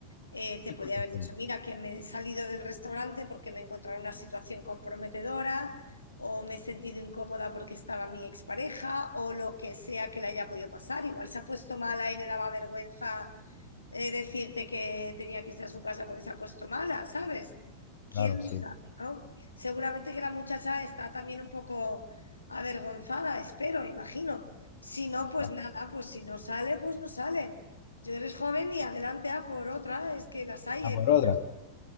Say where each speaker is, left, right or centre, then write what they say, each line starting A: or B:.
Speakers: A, on the left; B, on the left.
A: eh, te
B: Sí,
A: podía
B: Joaquín.
A: haber dicho, mira, que me he salido del restaurante porque me he encontrado en una situación comprometedora o me he sentido incómoda porque estaba mi expareja o lo que sea que le haya podido pasar. Igual se ha puesto mala y le daba vergüenza eh, decirte que tenía que irse a su casa porque se ha puesto mala, ¿sabes? ¿Quién
B: Claro, sí.
A: lo sabe, no? Seguramente que la muchacha está también un poco avergonzada, espero, imagino. Si no,
B: Ojalá.
A: pues nada, pues si no sale, pues no sale. Yo eres joven y adelante a por otra, es que las hay,
B: A
A: hay
B: por
A: muchas.
B: otra.